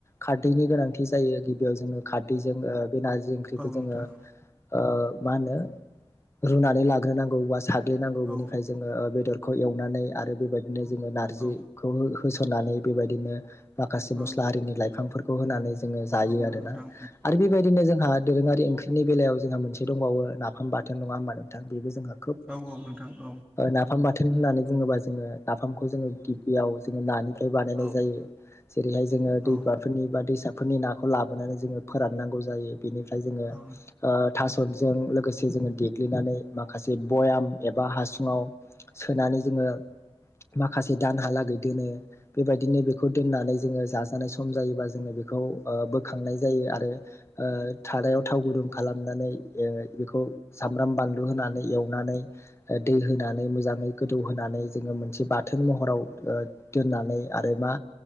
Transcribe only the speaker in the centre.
औ नोंथां
औ
औ
औ
नोंथां औ नोंथां औ
नोंथां
औ नोंथां औ नोंथां औ
औ नोंथां औ
औ
नोंथां
औ
औ